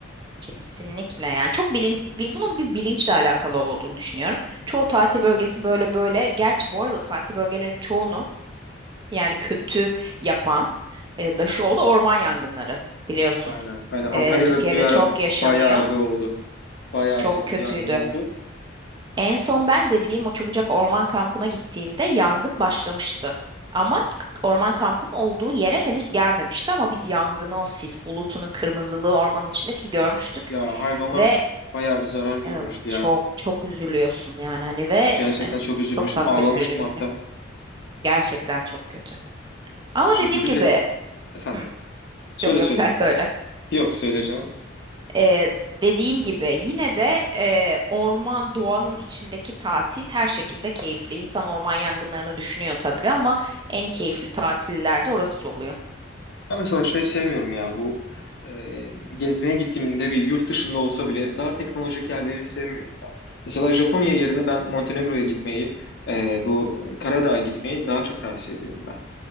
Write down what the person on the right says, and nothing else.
Kesinlikle yani çok bilinç bi- bunun bir bilinçle alakalı olduğunu düşünüyorum. Çoğu tatil bölgesi böyle böyle. Gerçi bu arada tatil bölgelerinin çoğunu yani kötü yapan e, da şu oldu orman yangınları biliyorsun.
E, Türkiye'de
çok yaşanıyor.
Çok
kötüydü.
En son ben dediğim o Çubucak Orman Kampı'na gittiğimde yangın başlamıştı. Ama k- orman kampının olduğu yere henüz gelmemişti ama biz yangını, o sis bulutunu, kırmızılığı ormanın içindeki görmüştük.
Ve
evet, çok
çok üzülüyorsun yani hani ve
em,
çok tat
kaçırıcı bir
şey. Gerçekten çok kötü. Ama
dediğim
gibi
Hı,
yok yok
<laughs> sen söyle.
Ee, dediğim gibi yine de e, orman doğanın içindeki tatil her şekilde keyifli. İnsan orman yangınlarını düşünüyor tabii ama en keyifli tatillerde orası oluyor.